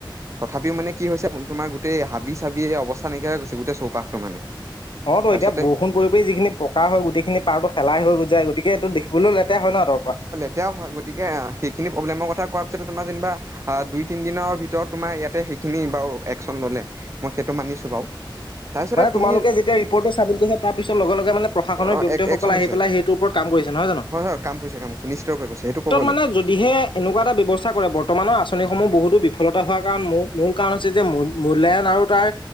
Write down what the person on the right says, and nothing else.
তথাপিও মানে কি হৈছে তোমাৰ গোটেই হাবি চাবিয়ে অৱা নকিয় হৈ গৈছে গোটেই চৌপাশটো মানে
তাৰপিছতে
লেতেয়াও হয় গতিকে সেইখিনি প্ৰব্লেমৰ কথা কোৱাৰ পিছত তোমাৰ যেনিবা অ দুই তিনি দিনৰ ভিতৰত তোমাৰ ইয়াতে সেইখিনি বাৰু একশচন ললে মই সেইটো মানিছো বাৰু তাৰপিছতে
তুমি
অ
একচন হৈছে
হয় হয় কামছে কাম কৰিছে নিশ্চৰূপে কৈছে সেইটো ক'
লাগ